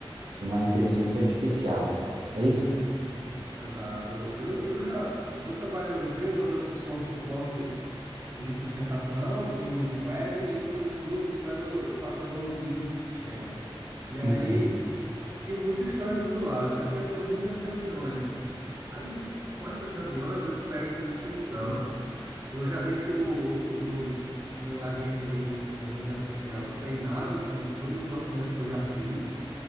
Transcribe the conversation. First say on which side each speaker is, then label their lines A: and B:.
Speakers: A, on the right; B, on the right.
A: de uma inteligência artificial. É isso?
B: exato. Eu, eu já eu trabalho numa empresa onde eu sou um suporte de sustentação em uma squad e em outras duas squads eu, eu faço evolutivas de sistemas. E aí,
A: Uhum.
B: e muita história do usuário, só que eu tenho muitas reuniões. Aí, com essas reuniões, eu pego essa descrição, eu já deixo o, o meu, o meu agente ali de inteligência artificial treinado com todos os documentos que eu já fiz,